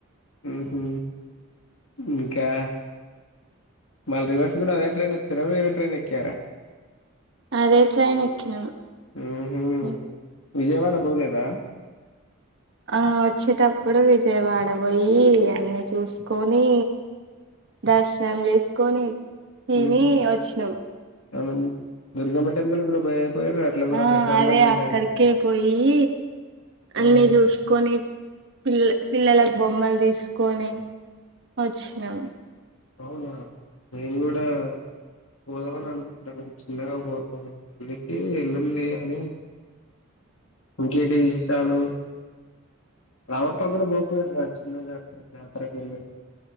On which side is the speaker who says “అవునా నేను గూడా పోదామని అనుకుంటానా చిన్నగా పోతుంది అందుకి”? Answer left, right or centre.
Left